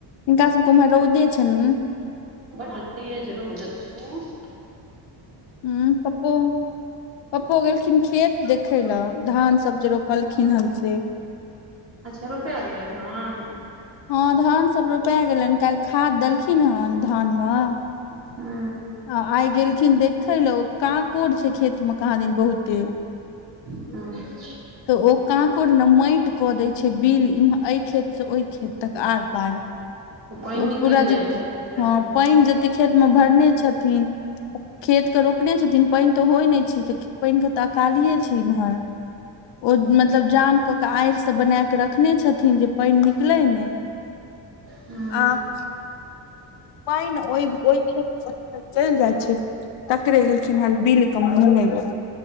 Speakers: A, on the left; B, on the right.
A: हुनका सबके उम्हर रौदे छन
B: बड तेज रौद छयि।
A: हम्म पप्पो, पप्पो गेलखिन खेत देखै ले धान सब जे रोपने पलखिन हन से
B: अच्छा रौपै गेलै धान
A: हँ धान सब रौपै गेलनि काल्हि खाद देलखिन हन धान मे
B: हु
A: आ आए गेलखिन देखे लै ओ काँकोर छै खेत मे कहाँ दैन बहुते
B: <unintelligible>
A: तऽ ओ कॉकोड़ ने माटि कऽ दय छै बिल इमह एहि खेत से ओहि खेत तक आर पार
B: तऽ पानि
A: त
B: निकलि
A: ओ पूरा
B: जाइत
A: जे
B: हेतै
A: हँ
B: हूँ
A: पइन जे खेत मे भरने छथिन खेत के रोकने छथिन पइन तऽ होए नहि छै तऽ पइन के तऽ अकालिये छय इम्हर ओ मतलब जाम क के आड़ि सब बना के रखने छथिन जे पइन निकलै नै
B: <inaudible> हँ
A: <unintelligible> पइन ओए ओए खेत चैल जाए छै तकरे एलखिन हन बिल के मुनै लै।